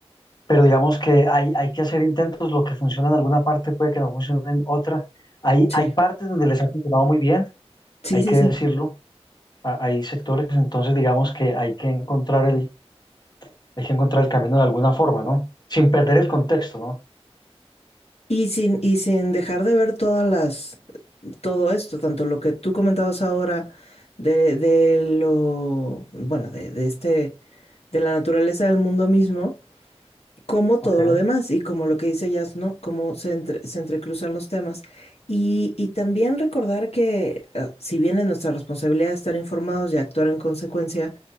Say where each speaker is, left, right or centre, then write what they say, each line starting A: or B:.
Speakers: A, on the left (about 40°); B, on the left (about 80°).
A: pero digamos que hay, hay que hacer intentos, lo que funciona en alguna parte puede que no funcione en otra. Hay,
B: Sí,
A: hay partes donde les ha funcionado muy bien,
B: sí,
A: hay
B: sí,
A: que
B: sí.
A: decirlo, a- hay sectores, entonces digamos que hay que encontrar el, hay que encontrar el camino de alguna forma, ¿no? Sin perder el contexto, ¿no?
B: Y sin, y sin dejar de ver todas las, todo esto, tanto lo que tú comentabas ahora de, de lo, bueno, de, de este, de la naturaleza del mundo mismo, como todo
A: Ok.
B: lo demás y como lo que dice Jazz, ¿no? Cómo se, entre- se entrecruzan los temas. Y, y también recordar que, eh, si bien es nuestra responsabilidad estar informados y actuar en consecuencia,